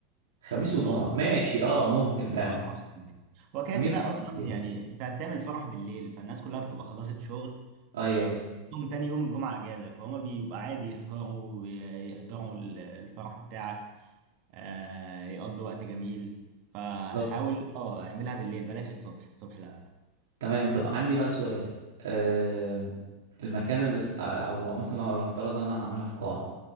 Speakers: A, on the right; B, on the right.
A: خميس وجمعه
B: ما هو أصلاً
A: ماشي اه ممكن فعلا
B: افراح خميس هو كده
A: خميس
B: كده اصلا
A: بالليل.
B: يعني انت هتعمل فرح بالليل فالناس كلها بتبقى خلصت شغل
A: ايوه
B: ويوم تاني يوم الجمعة اجازة فهم بيبقى عادي يسهروا ويحضروا ال- الفرح بتاعك آه يقضوا وقت جميل مم. فحاول
A: بالظبط
B: اه اعملها بالليل بلاش الصبح الصبح لا
A: تمام طب عندي بقى سؤال آم، المكان اللي او او مثلا لو لو افترض ان انا هعملها في قاعه